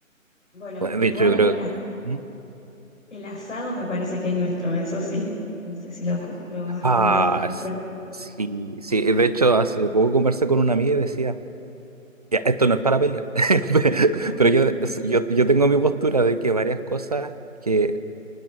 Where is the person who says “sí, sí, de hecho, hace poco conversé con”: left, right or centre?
Right